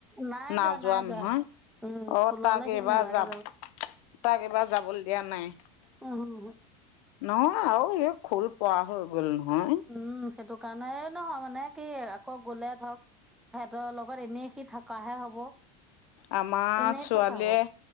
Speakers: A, in the centre; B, on the left.
A: নাই
B: নাযোৱা
A: যোৱা নাই
B: নহয়,
A: যোৱা উম
B: অ
A: খোললে
B: তাক
A: সি
B: এইবাৰ
A: নালাগে
B: যাম
A: যাব
B: তাক এইবাৰ যাবলৈ দিয়া নাই।
A: অ হ হা,
B: নহয় আৰু স খোল পোৱা হৈ গ'ল নহয়।
A: উম, সেইটো কাৰণে নহয় মানে কি। আক গ'লে ধৰক সিহঁতৰ লগত এনেই সি থকাহে হব।
B: আমাৰ
A: এনেই
B: ছোৱালীয়ে,
A: থকা হ'ব